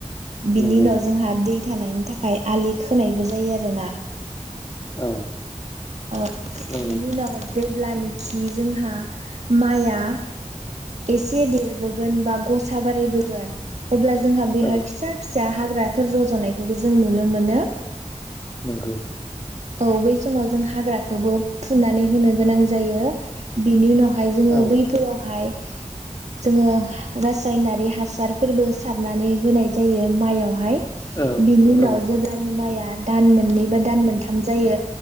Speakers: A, on the right (about 60°); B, on the left (about 30°).
A: बिनि
B: नंगौ
A: उनाव जोंहा दै थानायनि थाखाय आलि खोनायबो जायो आरो जेना
B: औ
A: अ
B: नंगौ
A: बिनि उनाव जेब्ला निखि जोंहा माया एसे देरबो गोन बा गसा बारायबोगोन अब्ला जोंहा बेहाय
B: औ
A: फिसा फिसा हाग्राफोर रज'नायखौबो जों नुनो मोनो
B: नोंगौ
A: औ बै समाव जों हाग्राखोबो फुनानै होनो गोनां जायो बिनि उनाव हाय जोङो
B: औ
A: बैफोरावहाय जोङो रासायनारि हासारफोरबो सारनानै होनाय जायो मायावहाय
B: औ
A: बेनि उनाव
B: औ
A: जेबोब्लानो माया दान मोननै बा दान मोनथाम जायो